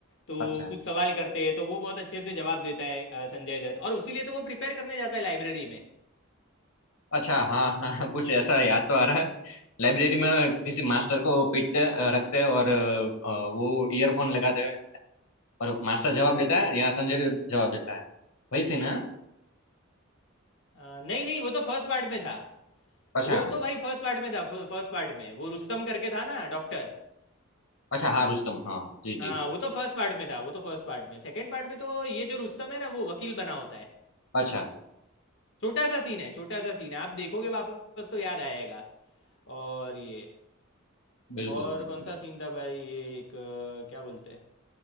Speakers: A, on the left; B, on the left.
A: तो
B: अच्छा।
A: कुछ सवाल करते हैं तो वो बहुत अच्छे से जवाब देता है अ, संजय दत्त और उसी लिए तो वो प्रिपेयर करने जाता है लाइब्रेरी में
B: अच्छा हाँ हाँ हाँ, कुछ ऐसा याद तो आ रहा है लाइब्रेरी में किसी मास्टर को पीटते अ, रखते हैं और अ, अ, वो ईयरफोन लगाते हैं और मास्टर जवाब देता है या संजय जवाब देता है वही से ना
A: अ, नहीं नहीं वो तो फर्स्ट पार्ट में था
B: अच्छा
A: वो तो भाई फर्स्ट पार्ट में था फर्स्ट पार्ट में वो रुस्तम करके था ना डॉक्टर
B: अच्छा हाँ रुस्तम हाँ जी जी
A: हाँ वो तो फर्स्ट पार्ट में था वो तो फर्स्ट पार्ट में सेकंड पार्ट में तो ये जो रुस्तम है ना वो वकील बना होता है
B: अच्छा
A: छोटा सा सीन है छोटा सा सीन है आप देखोगे वापस तो याद आएगा और ये
B: बिल्कुल
A: और
B: बिल्कुल।
A: कौन सा सीन था भाई ये एक अ, क्या बोलते हैं